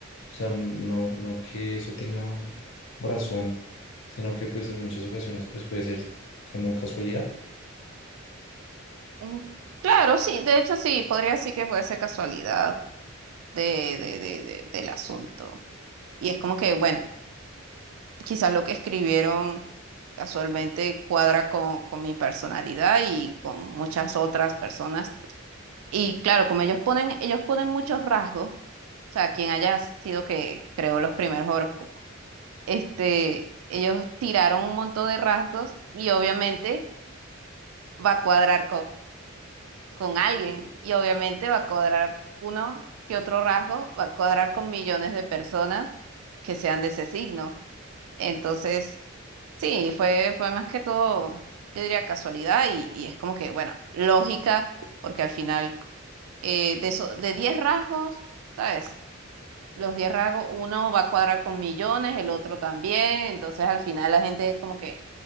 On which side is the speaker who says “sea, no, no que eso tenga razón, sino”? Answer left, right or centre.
Left